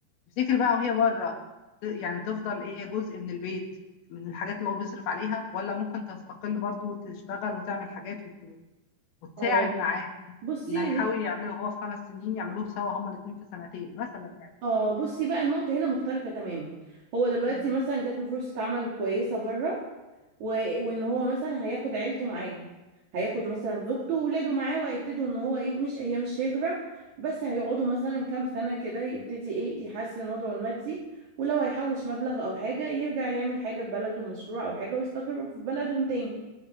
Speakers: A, on the left (about 60°); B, on the right (about 45°).
A: تفتكري بقى وهي بره ت- يعني تفضل هي جزء من البيت من الحاجات اللي هو بيصرف عليها ولا ممكن تستقل برضو وتشتغل وتعمل حاجات وت- وتساعد
B: اه
A: معاه
B: بصي
A: اللي هيحاول يعمله هو في خمس سنين يعملوه سوا هما الاتنين في سنتين مثلا يعني
B: اه بصي بقى النقطة هنا مختلفة تماما هو دلوقتي
A: مم.
B: مثلا جات له فرصة عمل كويسة بره و... وان هو مثلا هياخد عيلته معاه هياخد مثلا زوجته وولاده معاه وهيبتدوا ان هو ايه مش هي مش هجرة بس هيقعدوا مثلا كام سنة كده يبتدي ايه يحسن وضعه المادي ولو هيحوش مبلغ او حاجة يرجع يعمل حاجة في بلده مشروع او حاجة ويستقر في بلده تاني